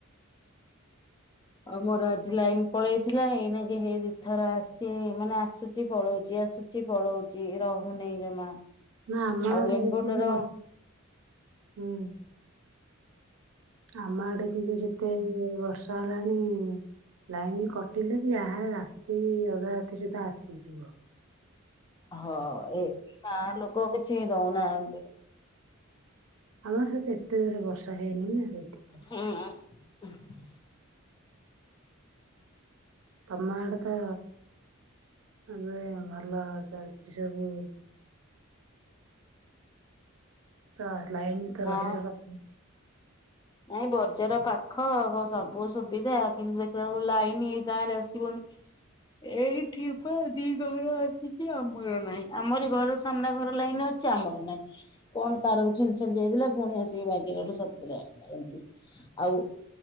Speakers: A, on the left; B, on the right.
A: ଆଉ ମୋର ଆଜି ଲାଇନ ପଳେଇଥିଲା ଏଇଣେକ ହେଇ ଦିଇ ଥର ଆସିଛି ମାନେ ଆସୁଛି ପଳଉଛି ଆସୁଛି ପଳଉଛି ରହୁନି ଜମା।
B: ନା ଆମ
A: ଆଉ
B: ଏଟେ
A: ଇନଭଟର
B: ଯେତିକି ବସ ହୁଁ। ଆମ ଆଡେ କିନ୍ତୁ ଯେତେ ବର୍ଷ ଷ ହେଲାଣି ଲାଇନ କଟିଲେ ବି ଏହାର ରାତି ଅଧ ରାତି ସୁଧା ଆସି ଯିବ।
A: ହଁ ଏ ଗାଁ ଲୋକ କିଛି ଦଉନାହାନ୍ତି।
B: ଆମର ତଠି ଏତେ ଇଏରେ ବର୍ଷା ହେଇନି ନା। ସେଇଠ ପାଇଁ।
A: ହୁଁ <inaudible>
B: ତମ ଆଡେ କା ଏବେ ଭଲ ଚାଲିଚି ସବୁ। ତ ଲାଇନ ତ
A: ହଁ,
B: ରହିବା କଥା।
A: ନାଇଁ ବଜାର ପାଖ ଆ ସବୁ ସୁବିଧା କିନ୍ତୁ ଦେଖିଲାଳକୁ ଲାଇନ ଏ ଗାଁରେ ଆସିବନି। ଏଇଠି ବା ଦି ଘର ଆସିଚି ଆମର ନାହିଁ। ଆମରି ଘର ସାମ୍ନା ଘର ଲାଇନ ଅଛି ଆମର ନାହିଁ କଣ ତାର ସିଂଜ ହେଇଗଲା ପୁଣି ଆସିକି ବାଗିଲାଠୁ ସବୁ ଦିନ ଆଇଲା ଏମତି, ଆଉ